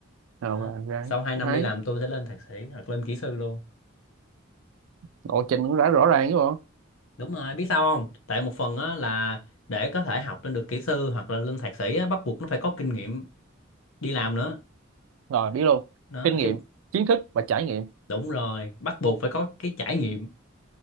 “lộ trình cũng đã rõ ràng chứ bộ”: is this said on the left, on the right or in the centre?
Right